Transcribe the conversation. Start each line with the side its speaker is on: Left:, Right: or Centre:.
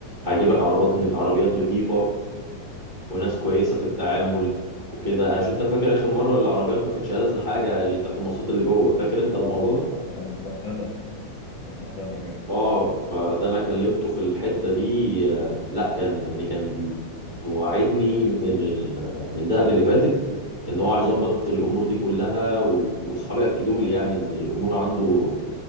Right: هيجيبك عربات عربيات نظيفة وناس كويسة في التعامل وكده عشان انت فاكر آخر مرة العربيات ما كانتش ألذ حاجة اللي بتاعت المواصلات اللي جوه فاكر انت
Left: اه
Right: الموضوع ده؟
Left: كان- كانت بهدلة كانت بهدلة بجد
Right: اه فده انا كلمته في الحته دي آه، لا كان يعني كان مواعدني من ال من دهب اللي فاتت ان هو هيظبط الامور دي كلها و- واصحابي اكدوا لي يعني ان الامور عنده